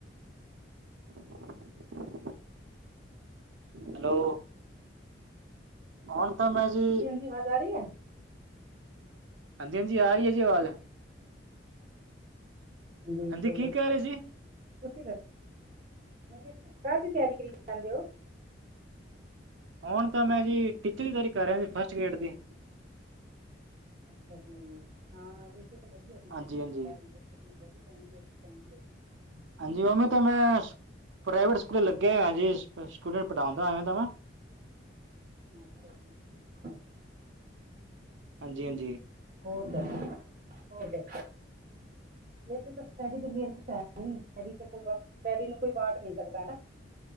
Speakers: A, on the right (about 80°); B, on the right (about 35°).
A: <unintelligible> ਹੈਲੋ। ਹੁਣ ਤਾਂ ਮੈ ਜੀ
B: ਸੇਵਾਦਾਰੀ ਐ?
A: ਹਾਂਜੀ, ਹਾਂਜੀ ਆ ਰੀਏ ਜੀ ਆਵਾਜ਼
B: ਜੀ,
A: ਹਾਂਜੀ
B: ਬੋਲੋ
A: ਕੀ ਕਹਿ ਰਹੇ ਸੀ
B: ਤੁਸੀਂ ਦੱਸੋ, ਕਾਹਦੀ ਤਿਆਰੀ ਕਰੀ ਜਾਂਦੇ ਹੋ?
A: ਹੁਣ ਤਾਂ ਮੈਂ ਜੀ ਟੀਚਰ ਦੀ ਤਰੀ ਕਰ ਰਿਹਾ ਜੀ ਫਸਟ ਗ੍ਰੇਡ ਦੀ
B: ਅੱਛਾ ਜੀ, ਹਾਂ ਵੈਸੇ ਤਾਂ ਵਧੀਆ ਟੀਚਰ
A: ਹਾਂਜੀ ਹਾਂਜੀ
B: ਲਾਈਨ ਬਹੁਤ ਵਧੀਆ ਇਹੀ ਤੰਗੀ, ਇਹੀ ਤੰਗੀ ਇਹੀ
A: ਹਾਂਜੀ, ਉਵੇ ਤਾਂ ਮੈਂ ਪ੍ਰਾਈਵੇਟ ਸਕੂਲ ਲੱਗੇ ਜੀ ਸਟੂਡੈਂਟ ਪੜ੍ਹਾਉਂਦਾਵੇਂ ਤਾਂ ਮੈਂ
B: ਅੱਛਾ ਜੀ, ਠੀਕ
A: ਹਾਂਜੀ -ਹਾਂਜੀ।
B: ਹੋ ਤਾਂ ਹੋ ਦ ਵੈਸੇ ਤਾਂ ਸਟੱਡੀ ਦੇ ਵਰ ਕੁਛ ਹੈ, ਸਟੱਡੀ ਕੋਈ ਸਟੱਡੀ ਨੂੰ ਕੋਈ ਵਾਂਟ ਨਹੀਂ ਸਕਦਾ ਹਨਾ